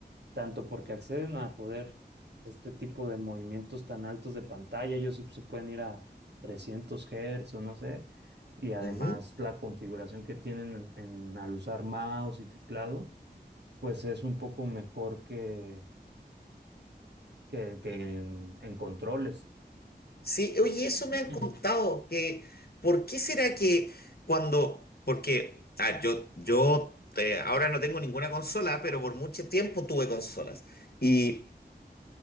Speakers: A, on the right (about 80°); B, on the left (about 65°).
A: tanto porque acceden a poder este tipo de movimientos tan altos de pantalla, ellos sí pues, se pueden ir a 300 Hz o no sé, y además
B: ujú.
A: la configuración que tienen en, en- al usar mouse y teclado, pues es un poco mejor que, que, que en en controles.
B: Sí, oye, eso
A: <clears throat>
B: me han contado, que ¿por qué será que cuando, porque, ah, yo, yo eh, ahora no tengo ninguna consola, pero por mucho tiempo tuve consolas. Y